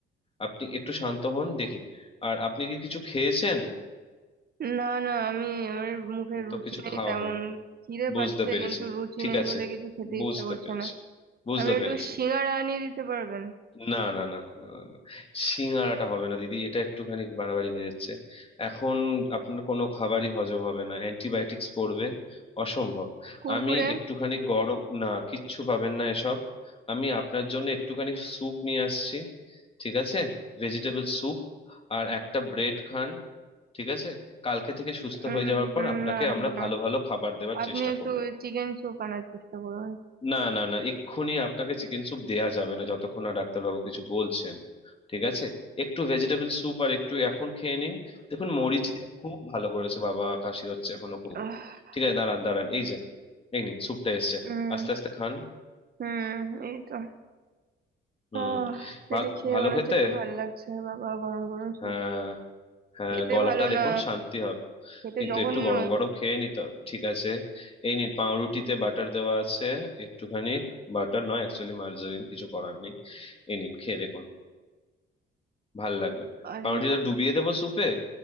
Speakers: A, on the left; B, on the right.
A: আপনি একটু শান্ত হন দেখি আর আপনি কি কিছু খেয়েছেন
B: না না আমি আমার মুখে রুচি
A: তো কিছু
B: নেই
A: খাওয়া
B: তেমন
A: হয়নি
B: খিদে
A: বুঝতে
B: পাচ্ছে
A: পেরেছি
B: কিন্তু রুচি
A: ঠিক
B: নেই
A: আছে
B: বলে কিছু খেতে
A: বুঝতে
B: ইচ্ছা করছে
A: পেরেছি
B: না
A: বুঝতে
B: আপনি একটু
A: পেরেছি
B: সিঙ্গাড়া আনিয়ে দিতে পারবেন
A: না না না না না না না সিঙাড়াটা হবে না দিদি এটা একটুখানি বাড়াবাড়ি হয়ে যাচ্ছে এখন আপনার কোনো খাবারই হজম হবে না অ্যান্টিবায়োটিক্স পড়বে অসম্ভব
B: কুরকুরে
A: আমি একটুখানি গরম না কিচ্ছু পাবেন না এসব আমি আপনার জন্য একটুখানি স্যুপ নিয়ে আসছি ঠিক আছে ভেজিটেবল স্যুপ আর একটা ব্রেড খান ঠিক আছে কালকে থেকে সুস্থ
B: উম,
A: হয়ে যাওয়ার পর
B: না
A: আপনাকে
B: না
A: আমরা
B: না
A: ভালো ভালো খাবার দেওয়ার
B: আপনি
A: চেষ্টা
B: একটু
A: করব
B: চিকেন স্যুপ আনার চেষ্টা করুন
A: না না না এক্ষুনি আপনাকে চিকেন স্যুপ দেয়া যাবে না যতক্ষণ না ডাক্তারবাবু কিছু বলছেন ঠিক আছে একটু ভেজিটেবল স্যুপ আর একটু এখন খেয়ে নিন দেখুন মরিচ দিয়ে খুব ভালো করেছে বাবা কাশি হচ্ছে এখনো খুব
B: আহ,
A: ঠিক আছে দাঁড়ান দাঁড়ান এই যে এই নিন স্যুপটা এসছে
B: উম
A: আস্তে আস্তে খান
B: হুম এই তো
A: হুম
B: আহ,
A: ভালো
B: এটা খেয়ে
A: ভালো
B: মনে
A: খেতে
B: হচ্ছে একটু ভালো লাগছে বাবা গরম গরম স্যুপ
A: হ্যাঁ হ্যাঁ
B: খেতে
A: গলাটা
B: ভালো
A: দেখুন
B: না
A: শান্তি হবে
B: খেতে
A: কিন্তু
B: জঘন্য
A: একটু গরম গরম খেয়ে নিতে হবে ঠিক আছে এই নিন পাউরুটিতে বাটার দেওয়া আছে একটুখানি বাটার নয় অ্যাকচুয়ালি মার্জারিন কিছু করার নেই এই নিন খেয়ে দেখুন ভাল লাগবে
B: আরে
A: পাউরুটিটা ডুবিয়ে দেবো স্যুপে